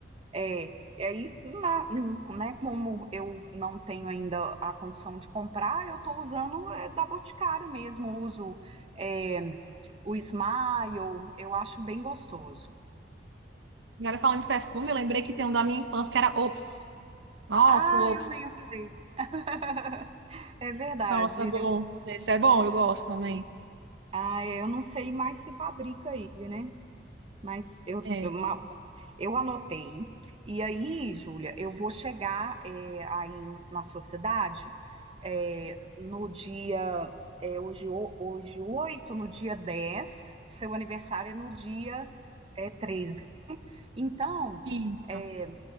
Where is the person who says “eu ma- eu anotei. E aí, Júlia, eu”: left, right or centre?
Right